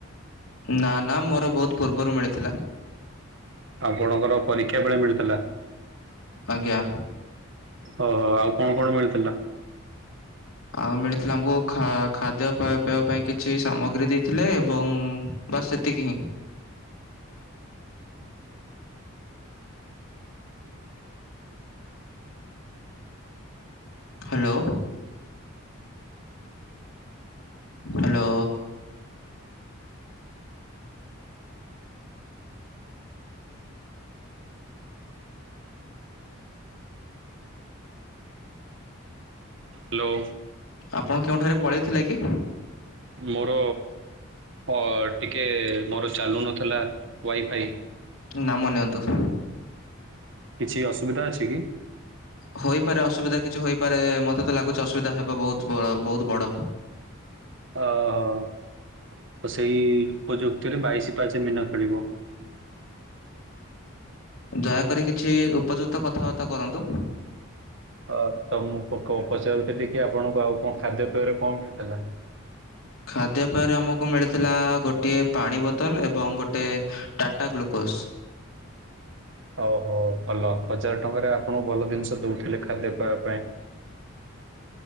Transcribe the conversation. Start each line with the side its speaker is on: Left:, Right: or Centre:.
Left: ନା ନା ମୋର ବହୁତ ପୂର୍ବରୁ ମିଳିଥିଲା।
Right: ଆଉ କଣଙ୍କର ପରୀକ୍ଷା ବେଳେ ମିଳୁଥିଲା।
Left: ଆଜ୍ଞା।
Right: ଓହୋ ଆଉ କଣ କଣ ମିଳିଥିଲା?
Left: ଆଉ ମିଳିଥିଲା ଆମକୁ ଖାଦ୍ୟ ପେବା ପାଇଁ କିଛି ସାମଗ୍ରୀ ଦେଇଥିଲେ ଏବଂ ବାସ୍ ସେତିକି ହିଁ। ହ୍ୟାଲୋ। ହ୍ୟାଲୋ।
Right: ହ୍ୟାଲୋ।
Left: ଆପଣ କେଉଁଠାରେ ପଳେଇଥିଲେ କି
Right: ମୋର ଅ ଟିକେ ମୋର ଚାଲୁନଥିଲା ୱାଇଫାଇ।
Left: ନାମ ନିଅନ୍ତୁ।
Right: କିଛି ଅସୁବିଧା ଅଛି କି?
Left: ହୋଇପାରେ ଅସୁବିଧା କିଛି ହୋଇପାରେ ମତେ ତ ଲାଗୁଛି ଅସୁବିଧା ହେବ ବହୁତ ବହୁତ ବଡ଼।
Right: ଓହୋ ସେଇ ଉପଯୁକ୍ତରେ ବାଇଶି ପାଚ ମିନ ଖେଳିବ।
Left: ଦୟାକରି କିଛି ଉପଯୁକ୍ତ କଥାବାର୍ତ୍ତା କରନ୍ତୁ।
Right: ହ ତ ମୁଁ ପଚାରୁଥିଲି କି ଆପଣଙ୍କୁ ଆଉ କଣ ଖାଦ୍ୟପେୟରେ କଣ ମିଳିଥିଲା।
Left: ଖାଦ୍ୟପେୟରେ ଆମକୁ ମିଳିଥିଲା ଗୋଟିଏ ପାଣି ବୋତଲ ଏବଂ ଗୋଟିଏ ଟାଟା ଗ୍ଲୁକୋସ୍।
Right: ଓହୋ ଭଲ ହଜାର ଟଙ୍କାରେ ଆପଣଙ୍କୁ ଭଲ ଜିନିଷ ଦଉଥିଲେ ଖାଦ୍ୟ ପବା ପାଇଁ